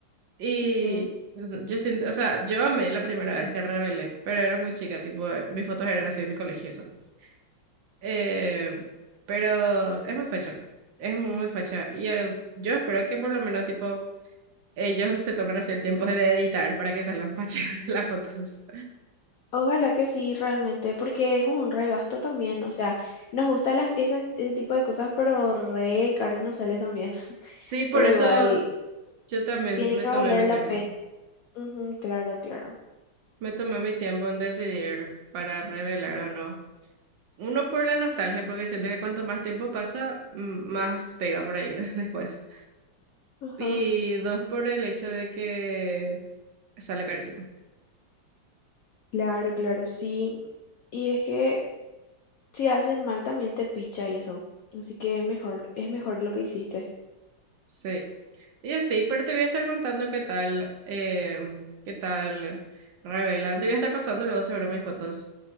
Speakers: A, on the right; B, on the left.
A: Y
B: Ujú.
A: yo siento, o sea, yo amé la primera vez que rebelé, pero era muy chica, tipo, mis fotos eran así de mi colegio, y eso. Eh, pero es muy facha, es muy facha. Y eh, yo espero que por lo menos, tipo, ellos se tomen así el tiempo de editar para que salgan fachas <laughs> las fotos.
B: Ojalá que sí, realmente, porque es un regasto también. O sea, nos gusta las, esa- ese tipo de cosas, pero re caro nos sale también. <laughs>
A: Sí, por
B: Pero
A: eso
B: igual,
A: yo también
B: tiene
A: me
B: que
A: tomé
B: valer
A: mi tiempo,
B: la pena. Ujú, claro, claro.
A: me tomé mi tiempo en decidir para revelar o no. Uno por la nostalgia, porque siento que cuanto más tiempo pasa, mm, más pega por ahí <laughs> después.
B: Ajá.
A: Y dos por el hecho de que sale carísimo.
B: Claro, claro, sí. Y es que si hacen mal también te picha y eso. Así que mejor, es mejor lo que hiciste.
A: Sí. Y así, pero te voy a estar contando qué tal, eh, qué tal revelan. Te voy a estar pasando luego seguro mis fotos.